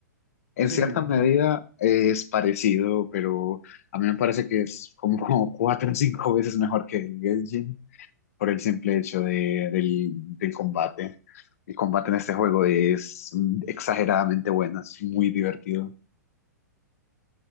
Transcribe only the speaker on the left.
En
cierta medida
es parecido, pero a mí me parece que es como, como cuatro o cinco veces mejor que el Genshin por el simple hecho de, del, del combate. El combate en este juego es mm, exageradamente bueno, es muy divertido.